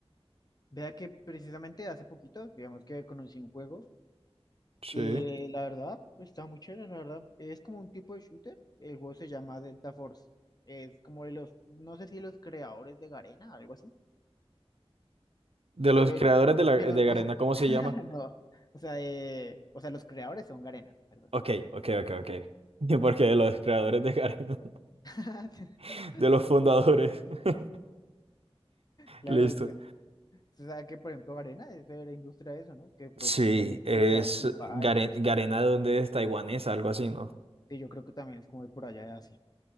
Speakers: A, on the left (about 40°); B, on the right (about 70°).
A: Vea que precisamente hace poquito, digamos que conocí un juego
B: Sí.
A: que la verdad está muy chévere, la verdad. Es como un tipo de shooter. El juego se llama Delta Force. Es como de los, no sé si los creadores de Garena, algo así,
B: De los
A: pero,
B: creadores de, la,
A: pero
B: de Garena,
A: o sea,
B: ¿cómo
A: <laughs>
B: se llama?
A: no, o sea, eh, o sea, los creadores son Garena, perdón.
B: Ok, ok, ok, ok. <laughs> Porque de los creadores de Garena,
A: <laughs>
B: <laughs> de los fundadores. <laughs>
A: Claro,
B: Listo.
A: y pues, o sea, que por ejemplo Garena es de la industria de eso, ¿no? Que pues
B: Sí,
A: son también
B: es
A: que crearon Free Fire
B: Garen-
A: y eso.
B: Garena de donde es taiwanesa, algo así, ¿no?
A: Sí, yo creo que también es como de por allá de Asia.